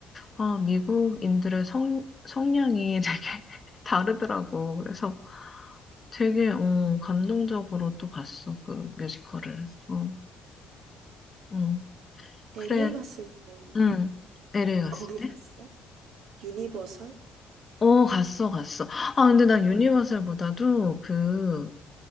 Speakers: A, on the left; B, on the right.
A: 아, 미국인들의 성 성향이 <laughs> 되게 다르더라고. 그래서 되게 어, 감동적으로 또 봤어 그 뮤지컬을. 어, 응.
B: LA
A: 그래,
B: 갔을 때
A: 응. LA 갔을
B: 거기
A: 때?
B: 갔어? 유니버설?
A: 어, 갔어, 갔어. 아, 근데 난
B: 음.
A: 유니버설보다도 그